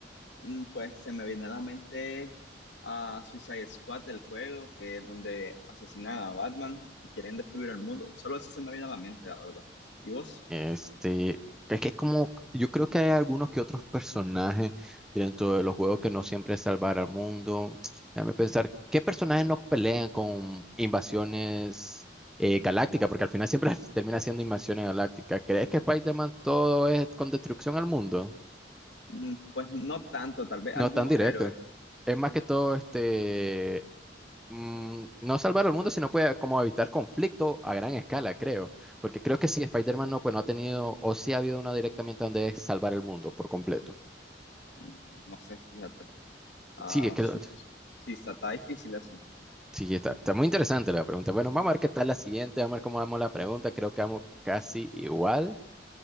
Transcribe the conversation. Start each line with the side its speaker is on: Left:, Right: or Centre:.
Left: Mm, Pues se me viene a la mente a Suicide Squad, el juego, que es donde asesinan a Batman y quieren destruir el mundo. Solo eso se me viene a la mente, la verdad. ¿Y vos?
Centre: Este, es que como, yo creo que hay algunos que otros personajes dentro de los juegos que no siempre es salvar al mundo. Déjame pensar, ¿qué personajes no pelean con invasiones eh, galácticas? Porque al final siempre <laughs> termina siendo invasiones galácticas. ¿Crees que Spider-Man todo es con destrucción al mundo?
Left: Mm, Pues no tanto, tal vez algunos
Centre: No es tan directo.
Left: héroes.
Centre: Es más que todo este mm, no salvar al mundo, sino puede como evitar conflicto a gran escala, creo. Porque creo que sí, Spider-Man no, pues no ha tenido, o sí ha habido una directamente donde es salvar el mundo por completo.
Left: Mm, No sé, fíjate. Ah,
Centre: Sí, es que
Left: su-
Centre: lo-
Left: sí, está, está difícil eso.
Centre: sí, está, está muy interesante la pregunta. Bueno, vamos a ver qué tal la siguiente, vamos a ver cómo vamos la pregunta. Creo que vamos casi igual.